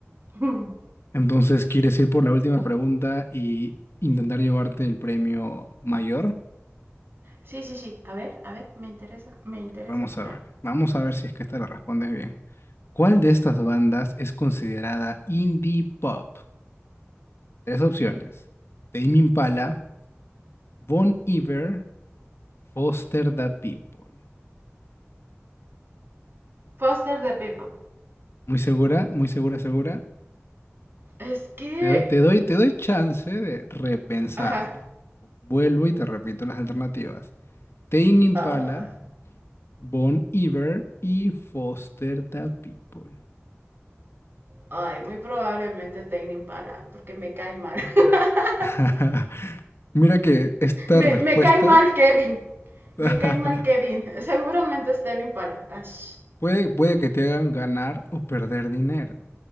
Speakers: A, on the right (about 50°); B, on the left (about 60°).
A: <laughs>
B: Entonces, ¿quieres ir por la última pregunta y intentar llevarte el premio mayor?
A: sí, sí, sí, a ver, a ver, me interesa, me interesa.
B: Vamos a
A: Ah.
B: ver, vamos a ver si es que esta la respondes bien. ¿Cuál de estas bandas es considerada indie pop? Tres opciones. Tame Impala, Bon Iver, Foster the People.
A: Foster the people.
B: ¿Muy segura? ¿Muy segura, segura?
A: Es que,
B: Te, do- te doy, te doy chance de repensarlo.
A: ajá,
B: Vuelvo y te repito las alternativas. Tame Impala,
A: ah,
B: Bon Iver y Foster the People.
A: ay, muy probablemente Tame Impala, porque me cae mal. <laughs>
B: <laughs> Mira que esta
A: me,
B: respuesta
A: me cae mal Kevin,
B: <laughs>
A: me cae mal Kevin, seguramente es Tame Impala. Ash.
B: Puede, puede que te hagan ganar o perder dinero.